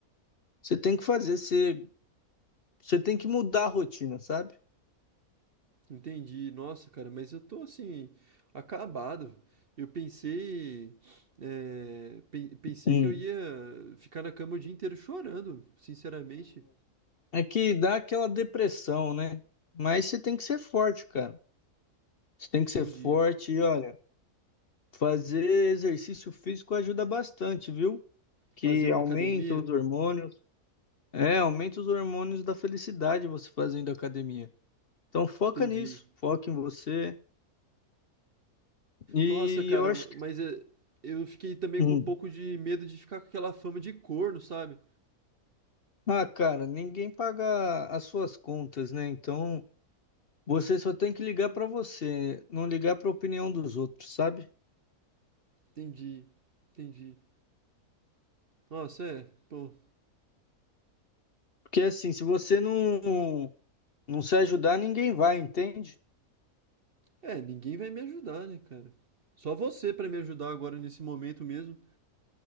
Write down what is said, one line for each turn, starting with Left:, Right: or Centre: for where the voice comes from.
Left: você tem que fazer, você, você tem que mudar a rotina, sabe?
Right: entendi, nossa, cara, mas eu tô assim, acabado. Eu pensei, é, pen- pensei
Left: Hum.
Right: que eu ia ficar na cama o dia inteiro chorando, sinceramente.
Left: É, é que dá aquela depressão, né? Mas você tem que ser forte, cara. Você tem que ser
Right: Entendi.
Left: forte e olha, fazer exercício físico ajuda bastante, viu? que
Right: Fazer uma
Left: aumenta
Right: academia?
Left: os hormônios. É, aumenta os hormônios da felicidade você fazendo academia. Então foca
Right: Entendi.
Left: nisso, foca em você. E
Right: Nossa, cara,
Left: eu acho que.
Right: mas é, eu fiquei também
Left: hum,
Right: com um pouco de medo de ficar com aquela fama de corno, sabe?
Left: Ah, cara, ninguém paga as suas contas, né? Então você só tem que ligar pra você, não ligar pra opinião dos outros, sabe?
Right: Entendi, entendi. Nossa, é, pô.
Left: Porque assim, se você não, não se ajudar, ninguém vai, entende?
Right: É, ninguém vai me ajudar, né, cara? Só você pra me ajudar agora nesse momento mesmo.